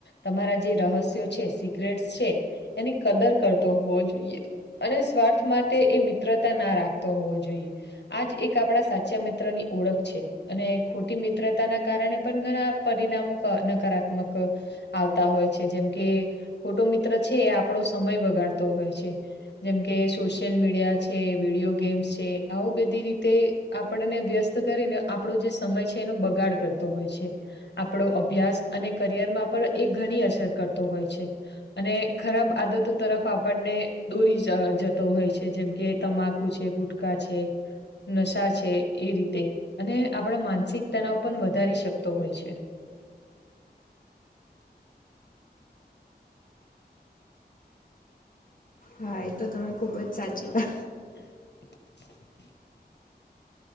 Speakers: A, on the left; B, on the left.
A: તમારા જે રહસ્યો છે સિક્રેટસ છે એની કદર કરતો હોવો જોઈએ. અને સ્વાર્થ માંટે એ મિત્રતા ના રાખતો હોવો જોઈએ. આજ એક આપણા સાચા મિત્ર ની ઓળખ છે અને ખોટી મિત્રતાના કારણે પણ ઘણા પરિણામો ક નકારાત્મક આવતા હોય છે જેમકે ખોટો મિત્ર છે એ આપણો સમય બગાડતો હોય છે. જેમકે સોશિયલ મીડિયા છે વિડીયો ગેમ્સ છે આવું બધી રીતે આપણને વ્યસ્ત કરીને આપણો જે સમય છે એનો બગાડ કર તો હોય છે આપણો અભ્યાસ અને કરિયરમાં પણ એ ઘણી અસર કરતો હોય છે. અને ખરાબ આદતો તરફ આપણને દોરી જ જતો હોય છે જેમકે તમાકુ છે ગુટ કા છે નશા છે એ રીતે અને આપણા માનસિક તનાવ પણ વધ ધારી શકતો હોય છે.
B: હા એ તો તમે ખુબ જ સાચી વા
A: <inaudible>